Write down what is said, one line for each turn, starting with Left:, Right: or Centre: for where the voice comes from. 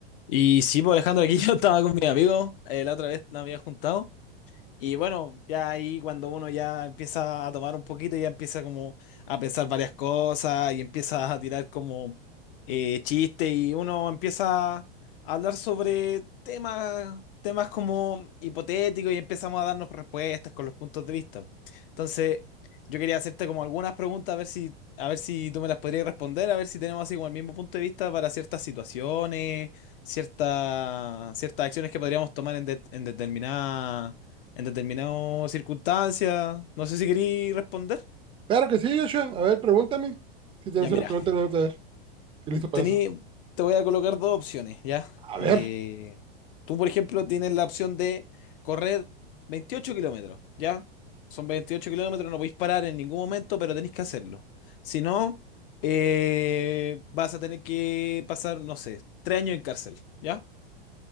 Left: Y sí, pues Alejandro, aquí <laughs> yo estaba con mi amigo, eh, la otra vez nos había juntado, y bueno, ya ahí cuando uno ya empieza a tomar un poquito, ya empieza como a pensar varias cosas y empieza a tirar como eh, chistes y uno empieza a hablar sobre temas, temas como hipotéticos y empezamos a darnos respuestas con los puntos de vista. Entonces, yo quería hacerte como algunas preguntas a ver si, a ver si tú me las podrías responder, a ver si tenemos así como el mismo punto de vista para ciertas situaciones, ciertas, ciertas acciones que podríamos tomar en, de- en determinadas en determinadas circunstancias. No sé si querí responder.
Right: Claro que sí, Joshua. A ver, pregúntame. Si tienes
Left: Ya, mira,
Right: una pregunta, me a ver. Estoy listo para
Left: tení,
Right: eso.
Left: te voy a colocar dos opciones, ¿ya?
Right: A ver.
Left: Eh, tú, por ejemplo, tienes la opción de correr 28 kilómetros, ¿ya? Son 28 kilómetros, no podéis parar en ningún momento, pero tenéis que hacerlo. Si no, eh, vas a tener que pasar, no sé, tres años en cárcel, ¿ya?